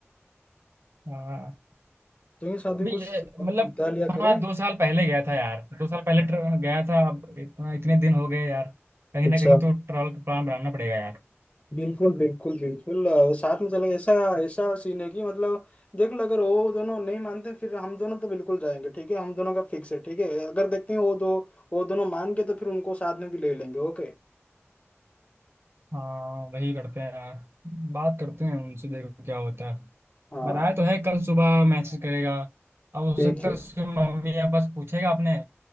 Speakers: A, on the right; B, on the left.
A: हाँ
B: तो ये साथ
A: तो अभी
B: में कुछ
A: ये,
B: वक्त
A: मतलब
B: बिता लिया करें
A: हाँ दो साल पहले गया था यार दो साल पहले ट्र- गया था अब इतना इतने दिन हो गए यार कहीं
B: अच्छा
A: ना कहीं तो ट्रैवल का प्लान बनाना पड़ेगा यार
B: बिल्कुल बिल्कुल बिल्कुल अ, साथ में चलेंगे ऐसा ऐसा सीन है कि मतलब देख लो अगर वो दोनों नहीं मानते फिर हम दोनों तो बिल्कुल जाएंगे ठीक है हम दोनों का फिक्स है ठीक है अगर देखते हैं वो दो वो दोनों मान के तो फिर उनको साथ में भी ले लेंगे ओके
A: हाँ वही करते हैं यार बात करते हैं उनसे देखो क्या होता है
B: हाँ
A: बताया तो है कल सुबह मैसेज करेगा अब हो
B: ठीक
A: सकता
B: है
A: है उसकी मम्मी या बस पूछेगा आपने